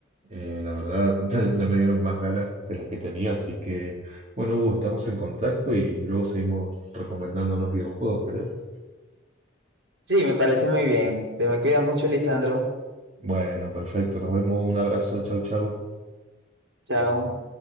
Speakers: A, on the right; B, on the right.
A: Eh, la verdad, <laughs> ya, ya me dieron más ganas de las que tenía, así que bueno, Hugo, estamos en contacto y luego seguimos recomendándonos videojuegos, ¿querés?
B: Sí, me parece muy bien. Te me cuidas mucho, Lisandro.
A: Bueno, perfecto, nos vemos, un abrazo, chau, chau.
B: Chao.